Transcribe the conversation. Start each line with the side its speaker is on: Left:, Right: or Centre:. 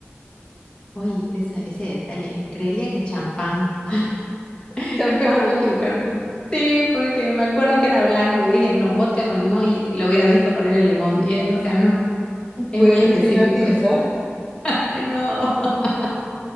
Left: Oye, esa- ese detalle. Creería que champán. <laughs>
Centre: Champán.
Left: Espero no equivocarme. Sí, porque me acuerdo que era blanco y dije, no, vodka con limón y lo hubiera visto poner el limón. Y eh, no, o sea, no. Es
Centre: Pues
Left: muy específico
Centre: es vino tinto.
Left: eso. <laughs> Ay, no. <laughs>